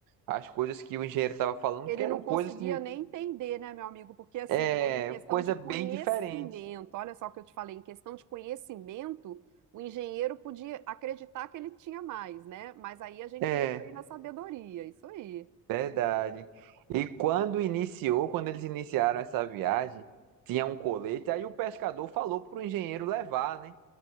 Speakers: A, on the right; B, on the right.
A: as coisas que o engenheiro estava falando,
B: Ele
A: que eram
B: não conseguia
A: coisas de
B: nem entender, né, meu amigo? Porque, assim,
A: é,
B: né, em questão
A: coisa
B: de conhecimento,
A: bem diferente.
B: olha só o que eu te falei, em questão de conhecimento, o engenheiro podia acreditar que ele tinha mais, né? Mas aí a gente
A: É,
B: entra aí na sabedoria, isso aí.
A: verdade. E quando iniciou, quando eles iniciaram essa viagem, tinha um colete, aí o pescador falou pro engenheiro levar, né?